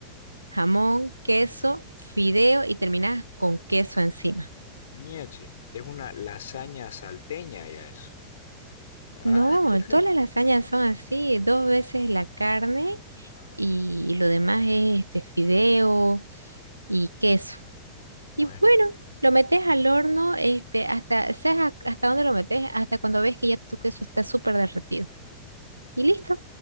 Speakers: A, on the right; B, on the left.
A: jamón, queso, fideo y terminas con queso encima.
B: Ñachi, es una lasaña salteña ya eso. ¿Ah?
A: No,
B: <laughs>
A: todas las lasañas son así, dos veces la carne
B: ah
A: y
B: ya
A: lo demás es este fideo y queso.
B: Bueno.
A: Y bueno, lo metes al horno, este, hasta, ¿sabes a- hasta dónde lo metes? Hasta cuando ves que ya tu queso está súper derretido. Y listo.